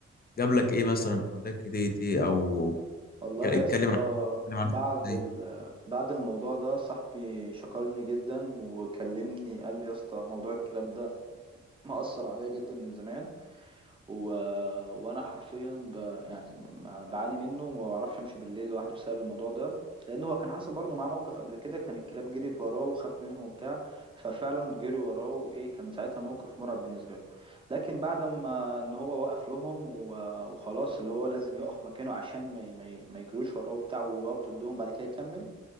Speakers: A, on the left; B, on the right.
A: جاب لك ايه مثلا او اداك هديه ايه او
B: والله
A: ك- اتكلم
B: يا اسطى
A: عن اتكلم عن
B: بعد
A: إيه؟
B: ال... بعد الموضوع ده صاحبي شكرني جدا وكلمني قال لي يا اسطى موضوع الكلاب ده مأثر عليا جدا من زمان و... وانا حرفيا ب... يعني ما- بعاني منه وما بعرفش امشي بالليل لوحدي بسبب الموضوع ده لان هو كان حصل برضه معاه موقف قبل كده كان الكلاب جريت وراه وخاف منهم وبتاع ففعلا جري وراه وايه كان ساعتها موقف مرعب بالنسبه له لكن بعد ما ان هو وقف لهم و... وخلاص اللي هو لازم يقف مكانه عشان ما ي... ما, ي... ما يجروش وراه وبتاع ويقف ضدهم بعد كده يكمل